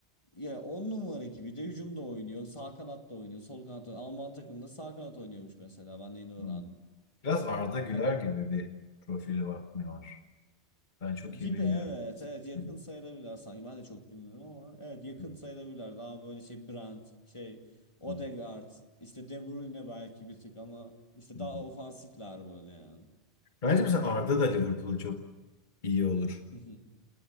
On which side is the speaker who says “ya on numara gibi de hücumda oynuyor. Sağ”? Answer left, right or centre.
Left